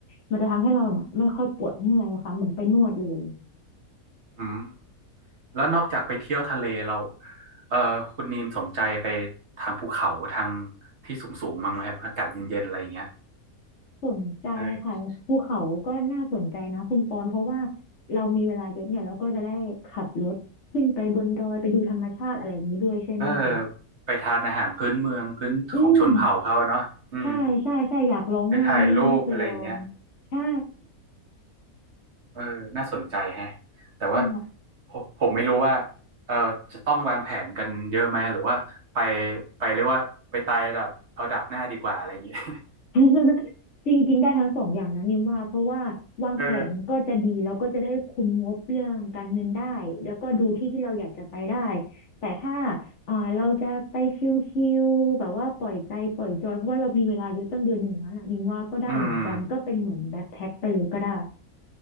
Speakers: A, on the left; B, on the right.
A: มันจะทำให้เราเนี่ยไม่ค่อยปวดเมื่อยค่ะเหมือนไปนวดเลย
B: อืมแล้วนอกจากไปเที่ยวทะเลเราเออคุณนีมสนใจไปทางภูเขาทางที่สูงสูงมั้งไหมครับอากาศเย็นๆอะไรอย่างเงี้ย
A: สนใจค่ะภูเขาก็น่าสนใจนะคุณปอนเพราะว่า
B: เออ
A: เรามีเวลาเยอะเนี่ยเราก็จะได้ขับรถขึ้นไปบนดอยไปดูธรรมชาติอะไรอย่างนี้ด้วยใช่ไหมคะ
B: เออไปทานอาหารพื้นเมืองพื้นของชนเผ่าเขาอะเนาะอืม
A: อืมใช่ใช่ใช่อยากลองมากอันนี้นี่ไม่เคยลอง
B: ไปถ่ายรูปอะไรอย่างเงี้ย
A: ใช่
B: เออน่าสนใจแฮะแต่ว่า
A: ใช่
B: ผมผมไม่รู้ว่าเออจะต้องวางแผนกันเยอะไหมหรือว่าไปไปเรียกว่าไปตายดับเอาดับหน้าดีกว่าอะไรอย่างเงี้ย
A: <laughs> จริงๆได้ทั้งสองอย่างนะนิมว่าเพราะว่าวางแผนก็จะดีแล้วก็จะได้คุมงบเรื่องการเงินได้แล้วก็ดูที่ที่เราอยากจะไปได้
B: <laughs> เออ
A: แต่ถ้าอ่าเราจะไปชิลๆแบบว่าปล่อยใจปล่อยจอยเพราะว่าเรามีเวลาเยอะตั้งเดือนหนึ่งแล้วน่ะนิมว่าก็ได้เหมือนกันก็เป็นเหมือนแบ็คแพ็คไปเลยก็ได้
B: อืม